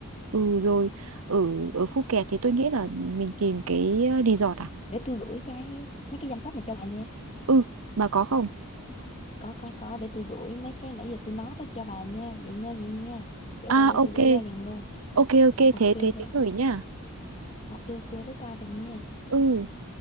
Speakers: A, on the right (about 75°); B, on the left (about 30°).
A: ừ rồi ở ở Phuket thì tôi nghĩ là mình tìm cái ờ, resort à
B: để tôi gửi cái mấy cái danh sách này cho bà nha
A: ừ bà có không
B: có có có để tôi gửi mấy cái nãy giờ tôi nói đó cho bà nha vậy nha vậy nha để
A: à
B: để để
A: ok
B: tôi gửi qua liền luôn
A: ok ok thế
B: ok
A: thế
B: bà
A: thế gửi nha
B: ok ok bye bye bà nha
A: ừ